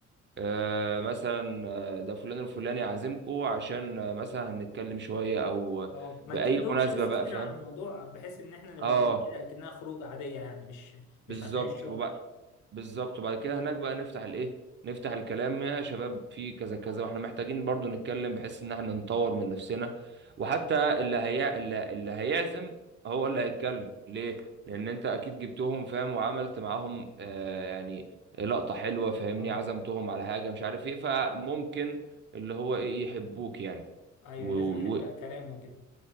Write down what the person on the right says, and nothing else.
آه، مثلا آه، ده فلان الفلاني عازمكو عشان آه، مثلا هنتكلم شوية او
بأي
مناسبة
بقى
فاهم
اه
بالظبط
بالظبط وبعد كده هناك بقى نفتح الايه نفتح الكلام يا شباب في كذا كذا واحنا محتاجين برضو نتكلم بحيث ان احنا نطور من نفسنا وحتى اللي هي اللي, اللي هيعزم هو اللي هيتكلم ليه لان انت اكيد جبتهم فاهم وعملت معاهم آه يعني لقطة حلوة فاهمني
عزمتهم على حاجة مش عارف ايه فممكن اللي هو ايه يحبوك يعني
و...
و...